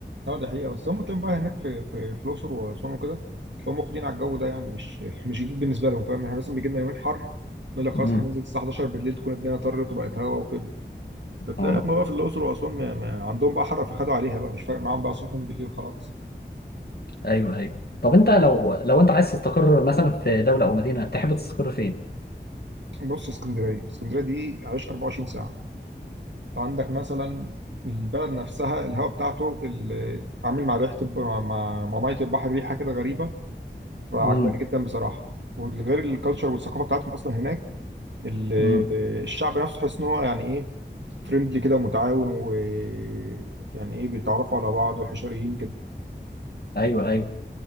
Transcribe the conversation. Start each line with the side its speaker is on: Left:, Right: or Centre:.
Right: اه دي حقيقة بس هم كانوا بقى هناك في في في الأقصر وأسوان وكده هم واخدين على الجو ده يعني مش مش جديد بالنسبة لهم فاهم احنا مثلا بيجي لنا يومين حر نقول لك خلاص
Left: امم
Right: احنا هننزل الساعة 11 بالليل تكون الدنيا طرت وبقت هوا وكده فتلاقي
Left: اه
Right: هم بقى في الأقصر وأسوان ما ما عندهم بقى حر فخدوا عليها بقى مش فارق معاهم بقى صبح من بالليل خلاص
Left: ايوه ايوه طب انت لو لو انت عايز تستقر مثلا في دوله او مدينه تحب تستقر فين؟
Right: بص اسكندرية اسكندرية دي عايش 24 ساعة انت عندك مثلا البلد نفسها الهواء بتاعته اللي عامل مع ريحة الب- مع مع مع مية البحر ريحة كده غريبة تبقى
Left: امم
Right: عجباني جدا بصراحة وغير الكالتشر والثقافة بتاعتهم أصلا هناك ال-
Left: امم
Right: الشعب نفسه تحس ان هو يعني ايه فريندلي كده ومتعاون ويعني ايه بيتعرفوا على بعض وحشريين كده
Left: ايوه ايوه